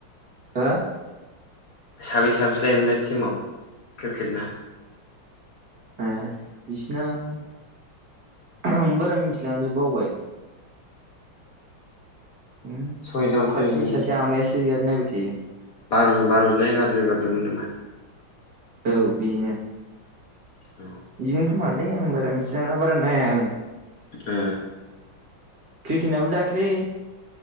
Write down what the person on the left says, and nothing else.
साबैसे साबैसे लायोमोनलाय टिमाव क्रिकेट ना?
सयजन
सयजन
बार'जन बार'जन ना एगारज'न एगारज'नमोन नामा
औ
ओ